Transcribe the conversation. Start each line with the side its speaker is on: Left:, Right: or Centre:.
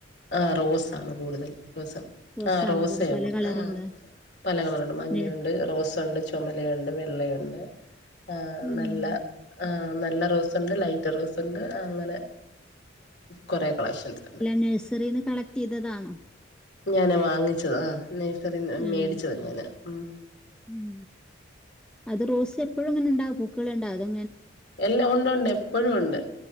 Left: ആഹ റോസാണ് കൂടുതൽ റോസ്.
Centre: റോസാണോ
Left: ആ റോസയാ
Centre: കൂടു പല
Left: കൂടുതൽ
Centre: കളറുണ്ടോ
Left: പല കളറുണ്ട് മഞ്ഞയുണ്ട്,
Centre: നെ
Left: റോസ് ഉണ്ട് ചുമലയുണ്ട് വെ ള്ളയുണ്ട് ആ
Centre: ആഹ്
Left: നല്ല ഏ നല്ല റോസ് ഉണ്ട്, ലൈറ്റ് റോസ് ഉണ്ട്, അങ്ങനെ കുറേ കളക്ഷൻസ് ഉണ്ട്
Centre: നഴ്സറീന്ന് കളക്ട് ചെയ്തതാണോ?
Left: ഞാനാ വാങ്ങിച്ചത് ആ അത്
Centre: ഉം
Left: മേടിച്ചത് ഞാനാ ഉം
Centre: ഉം. അത് റോസ് എപ്പഴുംങ്ങനെണ്ട പൂക്കള്ണ്ടാ അതെ
Left: എല്ല ഉണ്ട് ഉണ്ട് എപ്പോഴും ഉണ്ട്